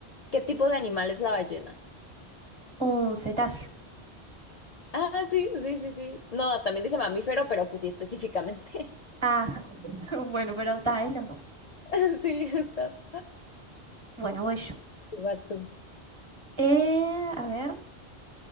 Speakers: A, on the left; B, on the right.
A: ¿Qué tipo de animal es la ballena?
B: Un cetáceo.
A: Ah, sí, sí, sí, sí. No, también dice mamífero, pero pues sí, específicamente.
B: Ah, <laughs> bueno, pero está, es los dos.
A: <laughs> Sí, está.
B: Bueno, voy yo.
A: Va tú.
B: Eh, a ver,